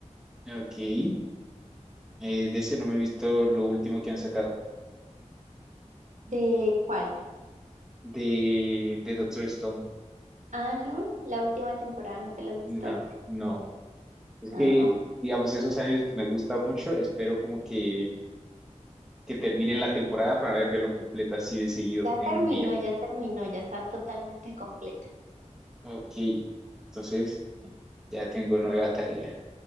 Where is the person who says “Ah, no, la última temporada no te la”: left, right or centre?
Right